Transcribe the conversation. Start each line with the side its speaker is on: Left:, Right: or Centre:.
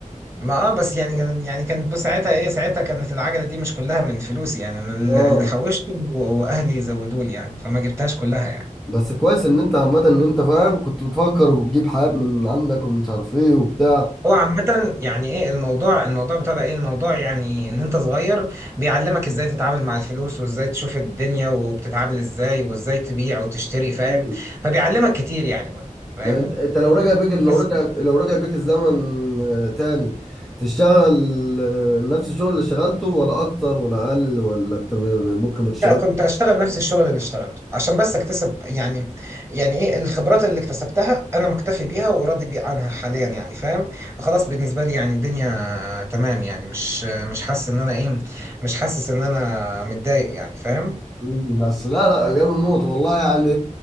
Right: ما اه بس يعني كان- يعني كانت بص ساعتها ايه ساعتها كانت العجله دي مش كلها من فلوسي يعني انا اللي
Centre: اه
Right: اللي حوشته واهلي زودوا لي يعني فما جبتهاش كلها يعني
Centre: بس كويس ان انت عامه ان انت فاهم كنت بتفكر وتجيب حاجات من عندك ومش عارف ايه وبتاع
Right: هو عامة يعني ايه الموضوع الموضوع بتاع ده ايه الموضوع يعني ان انت صغير بيعلمك ازاي تتعامل مع الفلوس وازاي تشوف الدنيا وبتتعامل ازاي وازاي تبيع وتشتري فاهم
Centre: مم.
Right: فبيعلمك كتير يعني برضه فاهمني
Centre: لا انت انت لو رجع بيك لو
Right: بس
Centre: رجع لو رجع بيك الزمن آه، تاني تشتغل آه، نفس الشغل اللي اشتغلته ولا اكتر ولا اقل ولا انت ممكن بتشتغل
Right: لا كنت اشتغل نفس الشغل اللي اشتغلته عشان بس اكتسب يعني يعني ايه الخبرات اللي اكتسبتها انا مكتفي بيها وراضي بي عنها حاليا يعني فاهم خلاص بالنسبه لي يعني الدنيا تمام يعني مش مش حاسس ان انا ايه مش حاسس ان انا متضايق يعني فاهم
Centre: مم. بس لا لا جامد موت والله يعني